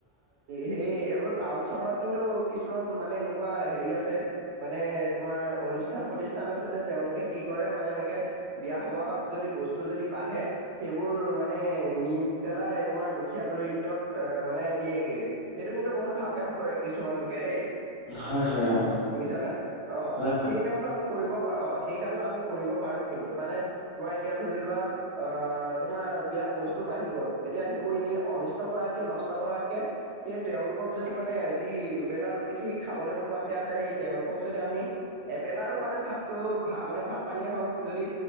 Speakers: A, on the right; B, on the left.
A: সেই এইবোৰ টাউন চহৰত কিন্তু কিছুমান মানে এনে এনেকুৱা হেৰি আছে মানে তোমাৰ অনুষ্ঠান, প্ৰতিষ্ঠান আছে যে তেওঁলোকে কি কৰে মানে এনেকে বিয়া সবাহত যদি বস্তু যদি বাঢ়ে, সেইবোৰ মানে নি পেলাই তোমাৰ দুখীয়া দৰিদ্ৰক আহ মানে দিয়েগেই। সেইটো কিন্তু বহুত ভাল কাম কৰে কিছুমান লোকে দেই।
B: হয় হয় অ',
A: শুনিছানে অ
B: হয়, হয়।
A: সেই কামটো আমি কৰিব পাৰো অ সেই কামটো আমি কৰিব পাৰো কিন্তু মানে, তোমাৰ এতিয়া ধৰি লোৱা। আহ, তোমাৰ বিয়া বস্তু বাঢ়ি গল এতিয়া সেইবোৰ এনেই অনিষ্ট কৰাতকে নষ্ট কৰাতকে, সেই তেওঁলোক যদি মানে যি দুবেলা দুবিধ সি খাবলৈ ন ৱাকে আছে সেই তেওঁলোক যদি আমি এবেলাৰো মানে ভাতটো ভা মানে ভাত পানীয়ে হওঁক যদি।